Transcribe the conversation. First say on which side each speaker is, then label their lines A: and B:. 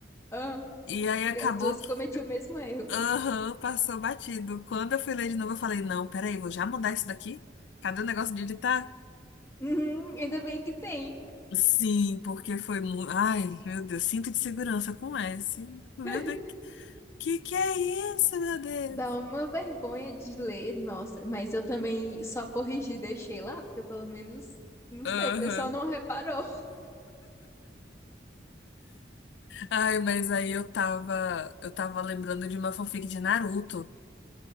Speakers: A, on the left; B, on the left.
A: Ah,
B: E aí acabou
A: E as duas
B: que,
A: cometi o mesmo erro.
B: aham, passou batido. Quando eu fui ler de novo, eu falei, não, peraí, vou já mudar isso daqui? Cadê o negócio de editar?
A: Uhum, ainda bem que tem.
B: Sim, porque foi muito. Ai, meu Deus, cinto de segurança com S. Meu
A: <laughs>
B: Deus, que que é isso, meu Deus?
A: Dá uma vergonha de ler, nossa, mas eu também só corrigi e deixei lá, porque pelo menos, não
B: Aham.
A: sei, o pessoal não reparou.
B: Ai, mas aí eu tava, eu tava lembrando de uma fanfic de Naruto